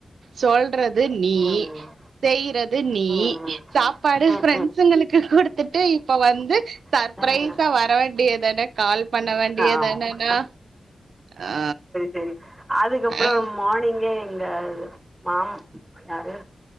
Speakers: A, on the right; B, in the centre.
A: சொல்றது நீ
B: ம் ம்
A: செய்யறது நீ
B: ம்
A: சாப்பாடு
B: ம்
A: பிரெண்ட்ஸுங்களுக்கு கொடுத் கத்துடு இப் வந்து சர்பரைஸா
B: ம்
A: வர வேண்டியதான கால் பண்ண வேண்டியதானன்னா
B: ஆமா
A: ஆ
B: சரி அதுக்கப்புரோ
A: ஆ
B: மார்னிங்கே எங்க மாம் யாரு